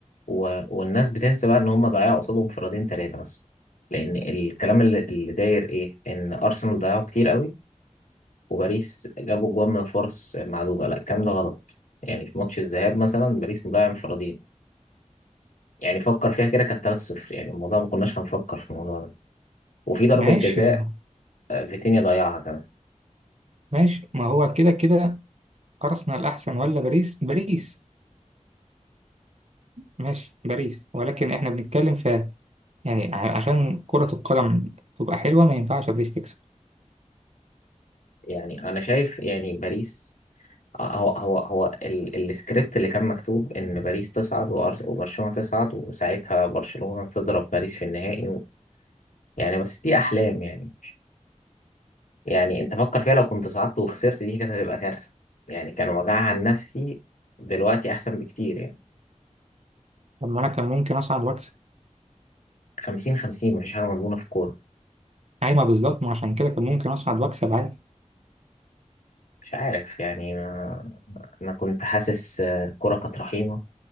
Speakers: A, on the left (about 85°); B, on the right (about 60°).
A: و... والناس بتنسى بقى ان هم ضيعوا قصادهم انفرادين ثلاثه مثلا لان الكلام اللي, اللي داير ايه ان ارسنال ضيعوا كتير قوي وباريس جابوا جوان من فرص معدوده لا الكلام ده غلط يعني في ماتش الذهاب مثلا باريس مضيع انفرادين يعني فكر فيها كده كانت 3-0 يعني الموضوع ما كناش هنفكر في الموضوع ده وفي ضربه
B: ماشي
A: جزاء
B: ما هو-
A: آه، فيتينيا ضيعها كمان
B: ماشي ما هو كده كده ارسنال احسن ولا باريس باريس ماشي باريس ولكن احنا بنتكلم في يعني ع- عشان كره القدم تبقى حلوه ما ينفعش باريس تكسب
A: يعني انا شايف يعني باريس آه، هو هو هو ال- السكريبت اللي كان مكتوب ان باريس تصعد وأرس- وبرشلونه تصعد وساعتها برشلونه تضرب باريس في النهائي يعني بس دي احلام يعني يعني انت فكر فيها لو كنت صعدت وخسرت دي كانت هتبقى كارثه يعني كان وجعها عن نفسي دلوقتي احسن بكتير يعني
B: طب ما انا كان ممكن اصعد واكسب
A: 50 50 مفيش حاجه مضمونه في الكوره
B: ايوه بالظبط ما عشان كده كان ممكن اصعد واكسب عادي
A: مش عارف يعني ما... انا كنت حاسس آه، الكوره كانت رحيمه